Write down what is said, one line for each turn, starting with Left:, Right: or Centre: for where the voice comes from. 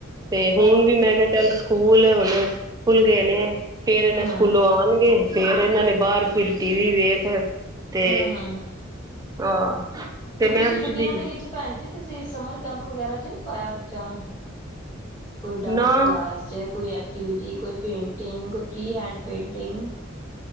Right: ਤੇ ਹੁਣ
Left: ਹੋਰ
Right: ਵੀ
Left: ਕੀ
Right: ਮੈਂ ਕਿਹਾ ਚੱਲ ਸਕੂਲ ਹੁਣ ਖੁੱਲ ਗਏ ਨੇ ਫੇਰ ਇਹਨਾਂ
Left: ਹਮ
Right: ਸਕੂਲੋਂ ਆਉਣਗੇ।। ਫੇਰ ਇਹਨਾਂ ਨੇ ਬਾਹਰ ਫਿਰ ਟੀ ਵੀ ਵੇਖ ਤੇ
Left: ਹਮ ਹਮ ਹਮ
Right: ਆਹ ਤੇ
Left: ਇਹ
Right: ਮੈਂ
Left: ਤੁਸੀਂ
Right: ਪੁੱਛਦੀ
Left: ਛੁੱਟੀਆਂ
Right: ਸੀ
Left: ਦੇ
Right: ।
Left: ਵਿੱਚ ਭੈਣ ਜੀ ਤੁਸੀਂ ਸਮਰ ਕੈਂਪ ਵਗੈਰਾ ਚ ਨਹੀਂ ਪਾਇਇਆ। ਬੱਚਿਆਂ ਨੂੰ ਕੋਈ ਡਾਂਸ
Right: ਨਾ
Left: ਕਲਾਸ ਚਾਹੇ ਕੋਈ ਐਕਟੀਵਿਟੀ ਕੋਈ ਪੇਂਟਿੰਗ ਕੋਈ ਫ੍ਰੀ ਹੈਂਡ ਪੇਂਟਿੰਗ